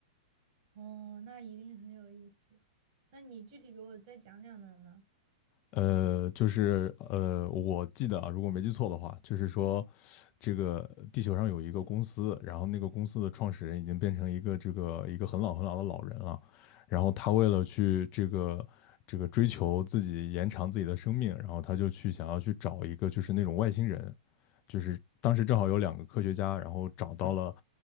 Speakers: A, on the right; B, on the left.
A: 哦，那一定很有意思。那你具体给我再讲讲的呢？
B: 呃，就是呃，我记得啊，如果没记错的话，就是说，这个地球上有一个公司，然后那个公司的创始人已经变成一个这个一个很老很老的老人了，然后他为了去这个这个追求自己延长自己的生命，然后他就去想要去找一个就是那种外星人，就是当时正好有两个科学家，然后找到了